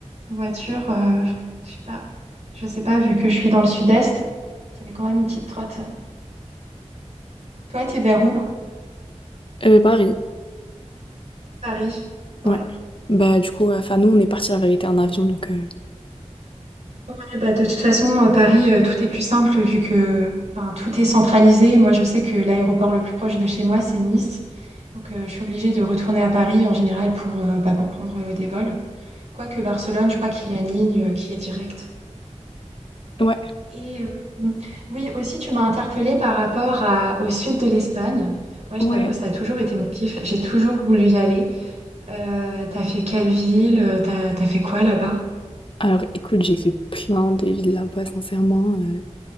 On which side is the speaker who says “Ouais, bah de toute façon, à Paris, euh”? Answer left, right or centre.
Right